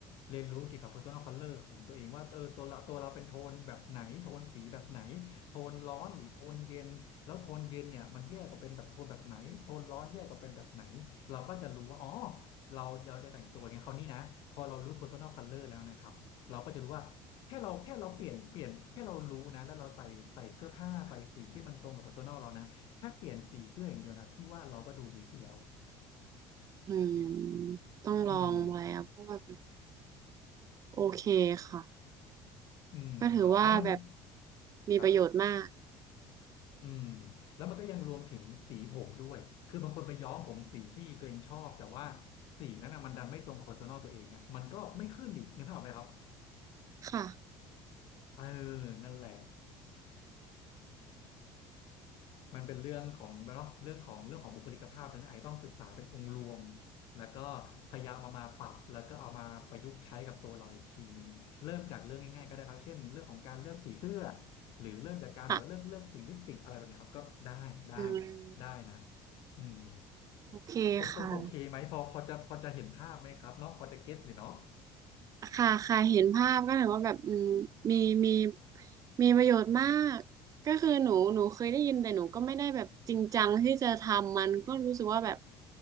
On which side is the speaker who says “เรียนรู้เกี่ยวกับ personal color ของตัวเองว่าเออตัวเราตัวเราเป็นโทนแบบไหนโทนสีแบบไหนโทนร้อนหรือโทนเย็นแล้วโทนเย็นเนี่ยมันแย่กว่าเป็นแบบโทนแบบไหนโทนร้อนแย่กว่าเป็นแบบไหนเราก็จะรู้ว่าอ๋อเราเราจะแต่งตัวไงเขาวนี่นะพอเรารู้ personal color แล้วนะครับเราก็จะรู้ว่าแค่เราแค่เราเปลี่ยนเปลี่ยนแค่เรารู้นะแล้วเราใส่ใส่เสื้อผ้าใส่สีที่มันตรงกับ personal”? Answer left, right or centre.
Left